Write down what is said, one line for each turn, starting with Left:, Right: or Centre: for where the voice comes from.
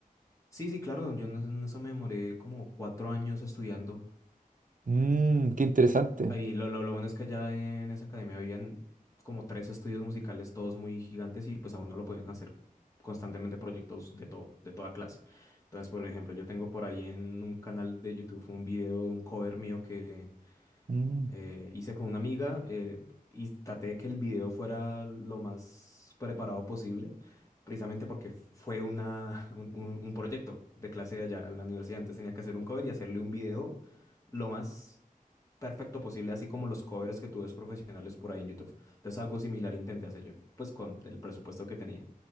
Left: Sí, sí, claro, yo en es- en eso me demoré como cuatro años estudiando.
Right: Mm, qué interesante.
Left: Ahí lo, lo, lo bueno es que allá en esa academia habían como tres estudios musicales, todos muy gigantes, y pues a uno lo podían hacer constantemente proyectos de todo, de toda clase. Entonces, por ejemplo, yo tengo por ahí en un canal de YouTube un video de un cover mío que
Right: Mm.
Left: eh, hice con una amiga eh, y traté de que el video fuera lo más preparado posible, precisamente porque fue una, <laughs> un, un- un proyecto de clase de allá en la universidad. Entonces tenía que hacer un cover y hacerle un video lo más perfecto posible, así como los covers que tú ves profesionales por ahí en YouTube. Entonces algo similar intenté hacer yo, pues con el presupuesto que tenía.